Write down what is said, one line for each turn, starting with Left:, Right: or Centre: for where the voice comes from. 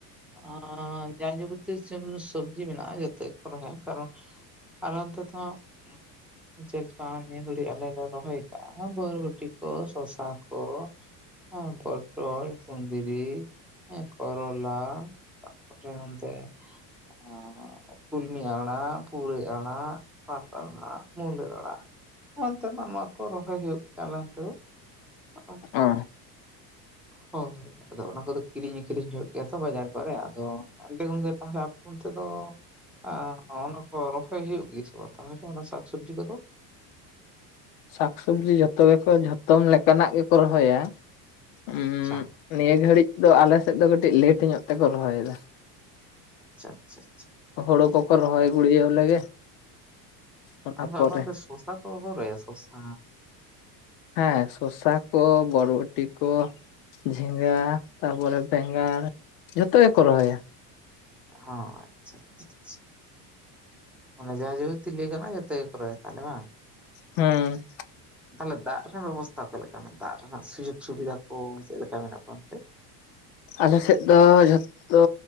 Centre: ᱟᱸ ᱡᱟ ᱡᱟᱵᱚᱛᱤᱭ <inaudible> ᱥᱚᱵᱡᱤ ᱢᱮᱱᱟᱜᱼᱟ ᱡᱚᱛᱚ ᱜᱮ ᱠᱚ ᱨᱚᱦᱚᱭᱟ ᱠᱟᱨᱚᱱ? ᱟᱨ ᱚᱱᱛᱮ ᱫᱚ ᱦᱟᱸᱜ ᱡᱮᱞᱮᱠᱟ ᱱᱤᱭᱟᱹ ᱜᱷᱟᱹᱲᱤ ᱟᱞᱮ ᱞᱮ ᱨᱚᱦᱚᱭ ᱟᱠᱟᱜ-ᱟ ᱵᱳᱨᱵᱷᱩᱴᱤ ᱠᱚ ᱥᱚᱥᱟ ᱠᱚ ᱚᱸ ᱯᱚᱴᱚᱞ ᱠᱩᱱᱫᱽᱨᱤ, ᱦᱮᱸ, ᱠᱚᱨᱚᱞᱟ ᱛᱟᱯᱚᱨᱮ ᱚᱱᱛᱮ, ᱟᱸ ᱠᱩᱞᱢᱤ ᱟᱲᱟᱜ, ᱯᱩᱨᱟᱹᱭ ᱟᱲᱟᱜ, ᱯᱟᱴ ᱟᱲᱟᱜ ᱢᱩᱞᱟᱹ ᱟᱲᱟᱜ ᱦᱟᱱᱛᱮᱱᱟᱜ ᱱᱚᱣᱟ ᱠᱚ ᱨᱚᱦᱚᱭ ᱦᱩᱭᱩᱜ ᱠᱟᱱᱟ ᱛᱳ᱾ <inaudible>
Left: ᱚ
Centre: ᱦᱚᱭ᱾ ᱟᱫᱚ ᱚᱱᱟ ᱠᱚ ᱫᱚ ᱠᱤᱨᱤᱧ ᱟᱹᱠᱷᱨᱤᱧ ᱦᱩᱭᱩᱜ ᱜᱮᱭᱟ ᱛᱚ ᱵᱟᱡᱟᱨ ᱠᱚᱨᱮ ᱟᱫᱚ ᱮᱱᱛᱮ ᱜᱚᱝᱠᱮ ᱛᱟᱦᱟᱞᱮ ᱟᱯᱮ ᱚᱱᱛᱮ ᱫᱚ, ᱟᱸ, ᱚᱱᱟ ᱠᱚ ᱨᱚᱦᱚᱭ ᱦᱩᱭᱩᱜ ᱜᱮ ᱥᱮ ᱵᱟᱝ ᱛᱟᱦᱚᱞᱮ ᱚᱱᱟ ᱥᱟᱠᱥᱚᱵᱽᱡᱤ ᱠᱚᱫᱚ?
Left: ᱥᱟᱠᱥᱚᱵᱽᱡᱤ ᱡᱷᱚᱛᱚ ᱜᱮᱠᱚ ᱡᱷᱚᱛᱚᱢ ᱞᱮᱠᱟᱱᱟᱜ ᱜᱮᱠᱚ ᱨᱚᱦᱚᱭᱟ᱾ ᱩᱸ
Centre: ᱟᱪᱪᱷᱟ
Left: ᱱᱤᱭᱟᱹ ᱜᱷᱲᱤᱡ ᱫᱚ ᱟᱞᱮ ᱥᱮᱫ ᱫᱚ ᱠᱟᱹᱴᱤᱡ ᱞᱮᱴ ᱧᱚᱜ ᱛᱮᱠᱚ ᱨᱚᱦᱚᱭᱮᱫᱟ᱾
Centre: ᱟᱪᱪᱷᱟ ᱟᱪᱪᱷᱟ᱾ ᱟᱪᱪᱷᱟ
Left: ᱦᱳᱲᱩ ᱠᱚᱠᱚ ᱨᱚᱦᱚᱭ ᱜᱲᱤᱭᱟᱳ ᱞᱮᱜᱮ ᱚᱱᱟ
Centre: ᱦᱮᱸᱫᱚ
Left: ᱯᱚᱨᱮ
Centre: ᱟᱵᱟᱨ ᱫᱚ ᱥᱚᱥᱟ ᱠᱚ ᱵᱟᱯᱮᱚ ᱨᱟᱦᱟᱭᱟ ᱥᱚᱥᱟ
Left: ᱦᱮᱸ ᱥᱚᱥᱟ ᱠᱚ ᱵᱚᱨᱵᱚᱴᱤ ᱠᱚ ᱡᱷᱤᱸᱜᱟᱹ ᱛᱟᱯᱚᱨᱮ ᱵᱮᱸᱜᱟᱲ
Centre: ᱦᱚᱸ
Left: ᱡᱚᱛᱚ ᱜᱮᱠᱚ ᱨᱚᱦᱚᱭᱟ
Centre: ᱚ ᱟᱪᱪᱷᱟ ᱟᱪᱪᱷᱟ ᱟᱪᱪᱷᱟ ᱢᱟ ᱡᱟᱵᱟᱛᱤ ᱞᱟᱭᱜᱟᱱᱚ-ᱟ ᱠᱟᱱᱟ ᱡᱚᱛ ᱜᱮᱠᱚ ᱨᱚᱦᱟᱭᱟ ᱛᱟᱦᱚᱞᱮ ᱵᱟᱝ
Left: ᱦᱩᱸ
Centre: <inaudible> ᱛᱟᱦᱚᱞᱮ ᱫᱟᱜ ᱨᱮᱱᱟᱜ ᱵᱮᱵᱚᱥᱛᱷᱟ ᱠᱚ ᱞᱮᱠᱟ ᱢᱮᱱᱟᱜ-ᱟ ᱫᱟᱜ ᱨᱮᱱᱟᱜ ᱥᱩᱡᱳᱜ ᱥᱩᱵᱤᱫᱷᱟ ᱠᱚ ᱪᱮᱫᱮ ᱞᱮᱠᱟ ᱢᱮᱱᱟᱜ ᱠᱚᱣᱟ ᱮᱱᱛᱮ
Left: ᱟᱞᱮᱥᱮᱫ ᱫᱚ ᱡᱷᱚᱛᱚ